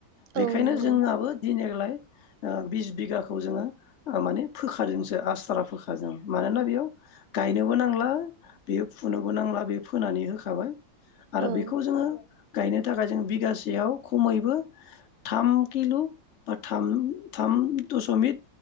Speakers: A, on the left; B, on the right.
A: बेखायनो
B: औ नंगौ
A: जोंहाबो दिनैग्लाय बिस बिघाखौ जोङो माने फोखाजोंसो आसथारा फोखाजों मानोना बेयाव गायनोबो नांला बेयो फुनोबो नांला बे फोनानै होखाबाय । आरो
B: औ
A: बेखौ जोङो गायनो थाखाय जों बिगासेयाव खमैबो थाम किलु बा थाम थाम दस'मिक